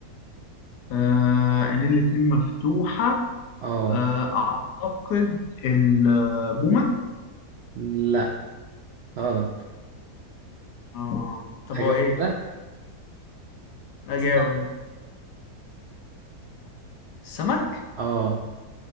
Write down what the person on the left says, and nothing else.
آه عينين الاتنين مفتوحة
آه أعتقد البومة
آه طب
هو إيه؟
أجاوب
أنت السمك؟